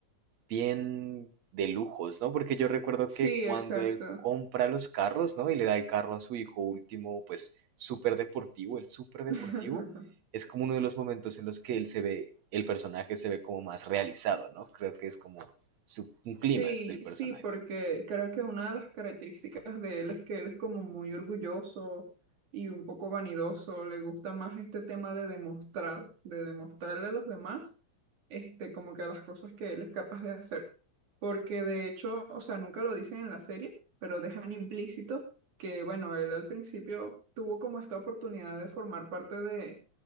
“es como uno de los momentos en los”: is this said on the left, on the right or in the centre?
Right